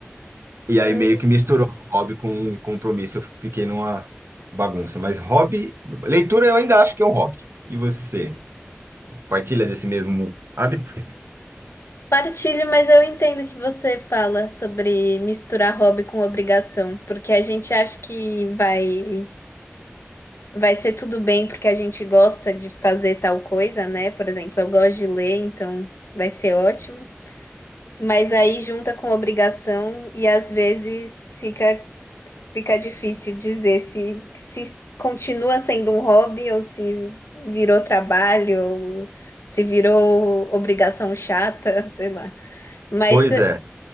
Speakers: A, on the right (about 65°); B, on the left (about 70°).
A: E
B: Hum,
A: aí meio que misturou o hobby com um compromisso. Eu fiquei numa bagunça. Mas hobby, leitura eu ainda acho que é um hobby. E você, partilha desse mesmo hábito?
B: Partilho, mas eu entendo que você fala sobre misturar hobby com obrigação, porque a gente acha que vai vai ser tudo bem porque a gente gosta de fazer tal coisa, né? Por exemplo, eu gosto de ler, então vai ser ótimo. Mas aí junta com obrigação e às vezes fica, fica difícil dizer se, se continua sendo um hobby ou se virou trabalho ou se virou obrigação chata, <laughs> sei lá. Mas,
A: Pois é.